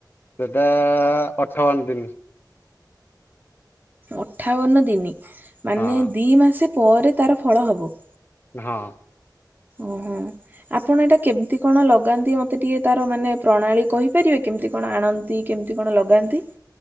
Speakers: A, on the left (about 25°); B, on the right (about 25°).
A: ସେଟା ଅଠାବନ ଦିନି।
B: ଅଠାବନ ଦିନି ମାନେ
A: ହଁ
B: ଦି ମାସ ପରେ ତାର ଫଳ ହବ?
A: ହଁ।
B: ଓ ହୁ। ଆପଣ ଏଇଟା କେମିତି କଣ ଲଗାନ୍ତି ମତେ ଟିକେ ତାର ମାନେ ପ୍ରଣାଳୀ କହିପାରିବେ କେମିତି କଣ ଆଣନ୍ତି? କେମିତି କଣ ଲଗାନ୍ତି?